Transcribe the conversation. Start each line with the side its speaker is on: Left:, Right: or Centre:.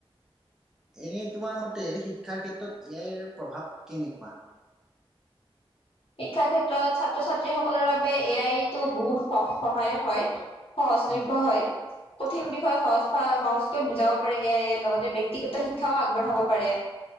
Centre: এনে তোমাৰ মতে শিক্ষাৰ ক্ষেত্ৰত এ আইৰ প্ৰভাৱ কেনেকুৱা?
Left: শিক্ষাৰ ক্ষেত্ৰত ছাত্ৰ-ছাত্ৰী সকলৰ বাবে এ আইটো বহুত স সহায়ক হয়। সহজলভ্য
Centre: উম
Left: হয়। কঠিন
Centre: হয়
Left: বিষয় সহজ হয় সহজকৈ বুজাব পাৰে এ আই এ। লগতে ব্যক্তিগত শিক্ষাও আগবঢ়াব পাৰে।